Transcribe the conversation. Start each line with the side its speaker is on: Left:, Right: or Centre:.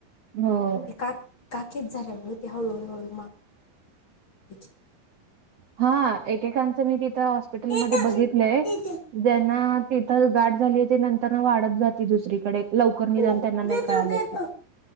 Right: हो
Left: ते काकीत झाल्या मूळ ती हळूहळूहळू <unintelligible>
Right: हा एकेकांचं मी तिथं हॉस्पिटलमध्ये
Left: गाठीची
Right: बघितलंय.
Left: देतो देतो
Right: ज्यांना तिथं गाठ झाली ते, नंतर वाढत जाते दुसरीकडे. लवकर
Left: हो
Right: निदान त्यांना नाही
Left: देतो
Right: कळालं
Left: देतो
Right: की.